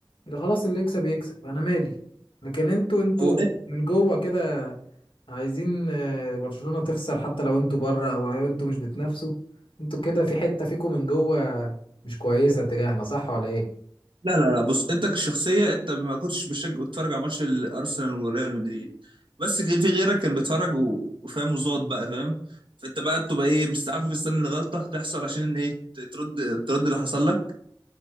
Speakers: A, on the left (about 85°); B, on the right (about 75°).
A: يبقى خلاص اللي يكسب يكسب انا مالي لكن انتوا انتوا
B: هو
A: من جوه كده عايزين آه، برشلونه تخسر حتى لو انتوا بره او لو انتوا مش بتنافسوا انتوا كده في حته فيكم من جوه مش كويسه تجاهنا صح ولا ايه
B: لا لا لا بص انت كشخصيه انت ما كنتش بتشجع بتتفرج على ماتش الارسنال وريال مدريد بس كان في غيرك كان بيتفرج و- وفاهم وزاد بقى فاهم فانت بقى بتبقى ايه مستعف مستني الغلطه تحصل عشان ايه ت- ترد ترد اللي حصل لك